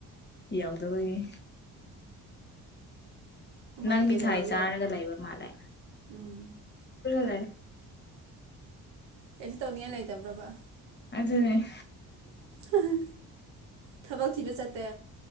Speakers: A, on the left; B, on the right.
A: ꯌꯧꯗꯕꯒꯤ
B: ꯎꯝ ꯃꯥꯗꯤ
A: ꯅꯪ ꯃꯤꯊꯥꯏ
B: ꯀꯩꯗꯧꯔ
A: ꯆꯥꯔꯒ ꯂꯩꯕ ꯃꯥꯜꯂꯦ
B: ꯎꯝ
A: ꯂꯩ
B: ꯀꯩꯁꯨ ꯇꯧꯅꯤꯉꯥꯢ ꯂꯩꯇꯕ꯭ꯔ ꯚꯥ
A: ꯑꯗꯨꯅꯦ
B: ꯍꯥ ꯍꯥ ꯊꯕꯛ ꯊꯤꯕ ꯆꯠꯇꯦ